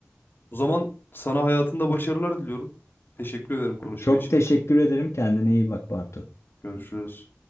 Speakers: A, on the left; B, on the left.
A: O zaman sana hayatında başarılar diliyorum. Teşekkür ederim konuşma
B: Çok
A: için.
B: teşekkür ederim. Kendine iyi bak Bartu.
A: Görüşürüz.